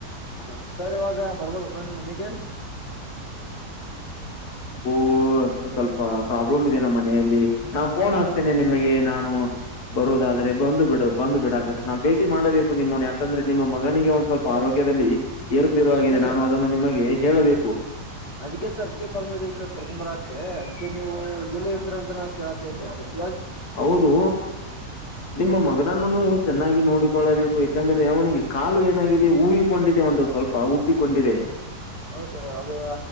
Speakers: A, on the left; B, on the left.
A: ಹೌದ ಸರ್ ಇವಾಗ ಬರಬಹುದು ಸರ್ ನಿಮ್ ಮನೆಗೆ
B: ಓ ಸ್ವಲ್ಪ ಪ್ರಾಬ್ಲಮ್ ಇದೆ ನಮ್ಮ ಮನೆಯಲ್ಲಿ ನಾನ್ ಪೋನ್ ಹಸ್ತೇನೆ ನಿಮಗೆ ನಾನು ಬರುದಾದ್ರೆ ಬಂದು ಬಿಡು ಬಂದು ಬಿಡಾಕತ್ತೆ ನಾವು ಭೇಟಿ ಮಾಡಬೇಕು ನಿಮ್ಮನ್ನು ಯಾಕಂದ್ರೆ ನಿಮ್ಮ ಮಗನಿಗೆ ಒಂದ್ ಸ್ವಲ್ಪ ಆರೋಗ್ಯ ದಲ್ಲಿ ಏರುಪೇರು ಆಗಿದೆ
A: ಅದೇ ಸರ್
B: ನಾನು ಅದನ್ನು ನಿಮಗೆ ಹೇಳಬೇಕು.
A: ಅದಕ್ಕೆ ಸರ್ ಅದಕ್ಕೆ ಕಾಲ್ ಮಾಡದೇ ಸರ್ ಕರಕೊಂಡ್ ಬರಾಕ ಅದಕ್ಕೆ ನೀವು ಎಲ್ಲಿ ಇರತ್ತೀರ ಅಂತ ನಾ ಕೇಳ್ತಾ ಇದ್ದೇ ಸ
B: ಹೌದು ನಿಮ್ಮ ಮಗನನ್ನು ನೀವು ಚೆನ್ನಾಗಿ ನೋಡಿಕೊಳ್ಳಬೇಕು ಯಾಕಂದ್ರೆ ಅವನಿಗೆ ಕಾಲು ಏನಾಗಿದೆ ಹೂ ಸ್ವಲ್ಪ ಉಬ್ಬಿಕೊಂಡಿದೆ.
A: ಹೌದ್ ಸರ್ ಅದು